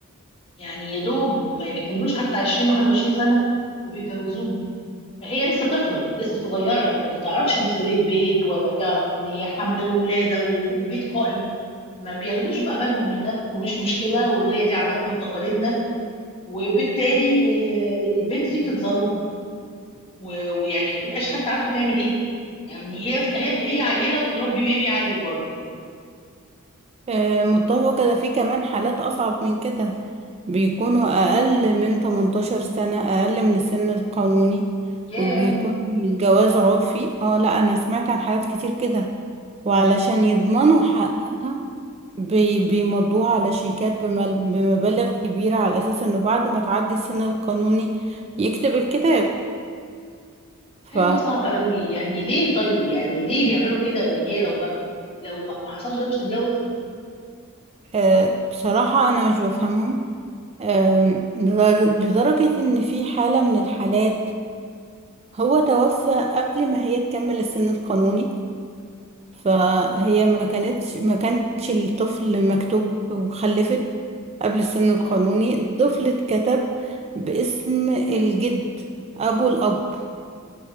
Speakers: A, on the left; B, on the right.
A: يعني يا دوب ما ما يكملوش حتى 20 21 سنة وبيجوزوهم فهي لسه طفلة لسه صغيرة ما تعرفش مسؤولية بيت ولا تعرف ان هي حمل وولادة و- وبيت قائم ما بياخدوش بقى بالهم من ده ومش مشكلة وهي دي عاداتنا وتقاليدنا وبالتالي آه، البنت دي بتتظلم و- ويعني ما تبقاش حتى عارفة تعمل ايه يعني هي هي هي عيلة وبتربي بيبي عيل برضه
B: آه، متفقة ده في كمان حالات أصعب من كده بيكونوا أقل من 18 سنة أقل من السن القانوني
A: ياه
B: وبيكون الجواز عرفي اه لا أنا سمعت عن حالات كتير كده وعلشان يضمنوا حقها بي بيمضوها على شيكات بمل- بمبالغ كبيرة على أساس إنه بعد ما تعدي السن القانوني يكتب الكتاب ف
A: حاجة صعبة قوي يعني ليه طيب يعني ليه بيعملوا كده يعني هي لو ما لو ما ما حصلش ده مش تتجوز
B: آه، بصراحة أنا مش بفهمهم آم، لدر- لدرجة إن في حالة من الحالات هو توفى قبل ما هي تكمل السن القانوني فهي ما كانتش ما كانش الطفل مكتوب وخلفت قبل السن القانوني
A: اه
B: الطفل اتكتب باسم الجد ابو الاب